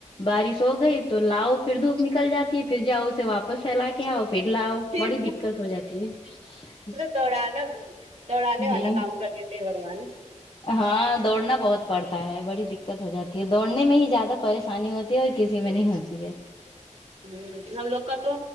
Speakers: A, on the left; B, on the right.
A: بارش ہو گئی تو لاؤ پھر دھوپ نکل جاتی ہے پھر جاؤ اسے واپس پھیلا کے کیا آؤ پھر لاؤ بڑی
B: ہے،
A: دقت ہو جاتی ہے
B: دوڑا نا دوڑا نہیں والا
A: ہوں
B: کام کر دی تھ بگوان
A: ہاں دوڑنا بہت پڑتا ہے بڑی دقت ہو جاتی ہے دوڑنے میں ہی زیادہ پریش انی ہوتی ہے اور کسی میں نہیں ہوتی ہے
B: ہ ہم لوگ کا تو